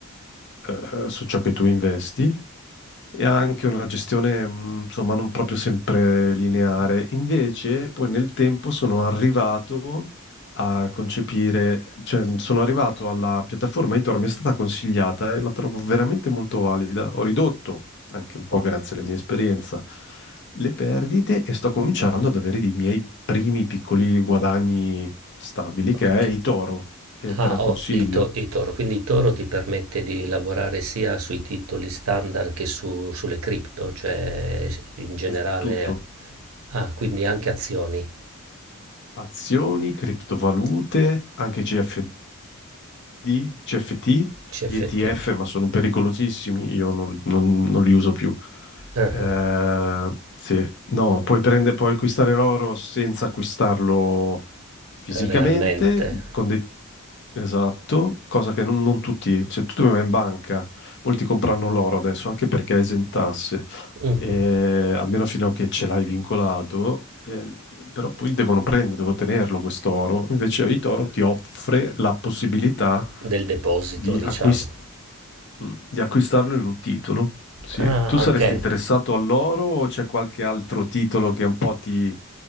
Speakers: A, on the left (about 50°); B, on the right (about 65°).
A: eh, su ciò che tu investi e anche una gestione, mh, insomma, non proprio sempre lineare. Invece, poi nel tempo sono arrivato a concepire, cioè mh, sono arrivato alla piattaforma Tor, mi è stata consigliata e la trovo veramente molto valida. Ho ridotto, anche un po' grazie alla mia esperienza, le perdite e sto cominciando ad avere i miei primi piccoli guadagni stabili,
B: Ok.
A: che è Itoro, e
B: Ah,
A: te la consiglio.
B: ho i, to- i Toro, quindi Toro ti permette di lavorare sia sui titoli standard che su- sulle cripto, cioè in generale,
A: È tutto.
B: ah, quindi anche azioni,
A: Azioni, criptovalute, anche CFD di CFT,
B: CFT.
A: gli ETF, ma sono pericolosissimi, io non, non- non li uso più.
B: Ah,
A: Eh,
B: ah.
A: sì, no, puoi prendere, puoi acquistare l'oro senza acquistarlo fisicamente,
B: eh, Realmente?
A: con dei- Esatto, cosa che non, non tutti, cioè tu vai in banca, molti comprano l'oro adesso anche perché è esentasse,
B: Mh-mh.
A: eh, almeno fino a che ce l'hai vincolato, eh, però poi devono prendere, devo tenerlo questo oro. Invece Vitoro ti offre la possibilità
B: Del deposito,
A: di,
B: diciamo.
A: acquist- mm, di acquistarlo in un titolo. Sì.
B: Ah,
A: Tu saresti
B: okay.
A: interessato all'oro o c'è qualche altro titolo che un po' ti,